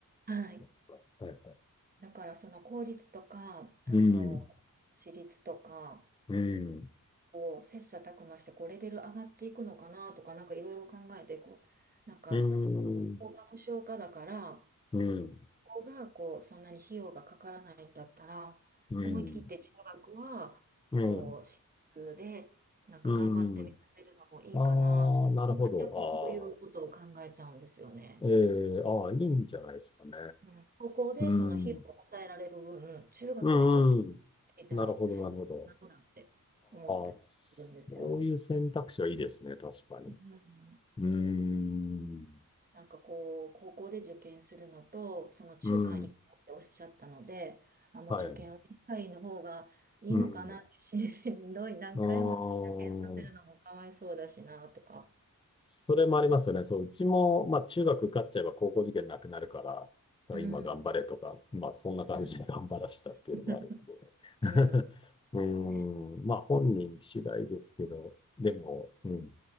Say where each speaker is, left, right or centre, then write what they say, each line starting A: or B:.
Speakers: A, on the right (about 25°); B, on the left (about 15°).
A: はい。
B: そっかそっかはい、はい。
A: だからその公立とか、あの、
B: うん、
A: 私立とか、
B: うん、
A: こう、切磋琢磨して、こう、レベル上がっていくのかなとか、なんかいろいろ考えて、こう、なんか、
B: うん、
A: ここが無償化だから、
B: うん、
A: ここが、こう、そんなに費用がかからないんだったら、
B: うん、
A: 思い切って中学は、
B: うん、
A: こう、私立で、なんか頑張ってみさせるのもいいかな、
B: うん。ああ、なるほど。
A: なんか、やっぱそういうことを考えちゃうんですよね。
B: ああ、ええ、ああ、いいんじゃないですかね。
A: うん、高校でその費用を抑えられる分、
B: うん、
A: 中学でちょっと
B: うん、うん。
A: でも、
B: なるほど、なるほど。
A: なんなんて思ったりするんですよ。
B: ああ、そういう選択肢はいいですね、確かに。
A: うん
B: うーん。
A: なんかこう、高校で受験するのと、その中間一個っておっしゃったので、
B: うん。
A: あ、もう受験は一回の方がいいのかなって、
B: はい。うん。う
A: ししんどい何回も受験させるのもかわいそうだしなとか。
B: ーん。それもありますよね。そう、うちも、まあ、中学受かっちゃえば高校受験なくなるから、まあ今頑張れとか、
A: うん。
B: まあ、そんな感じで頑張らしたっていうのもあるんで。
A: うん。<laughs>
B: <laughs>
A: うん。ですよね。
B: うーん。まあ、本人次第ですけど、でも、うん。